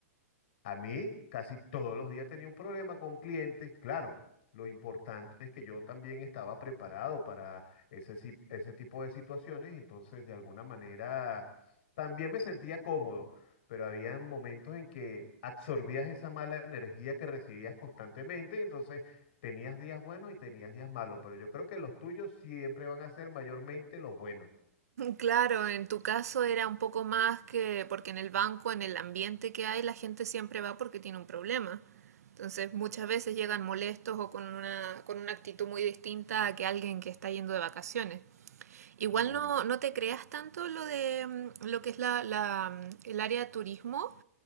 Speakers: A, on the left; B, on the right.
A: a mí casi todos los días tenía un problema con clientes. Claro, lo importante es que yo también estaba preparado para ese, si- ese tipo de situaciones y entonces de alguna manera también me sentía cómodo, pero había momentos en que absorbías esa mala energía que recibías constantemente y entonces tenías días buenos y tenías días malos, pero yo creo que los tuyos siempre van a ser mayormente los buenos.
B: Claro, en tu caso era un poco más que porque en el banco, en el ambiente que hay, la gente siempre va porque tiene un problema. Entonces, muchas veces llegan molestos o con una, con una actitud muy distinta a que alguien que está yendo de vacaciones. Igual
A: Mm,
B: no, no te creas tanto lo de mm, lo que es la, la, mm, el área de turismo.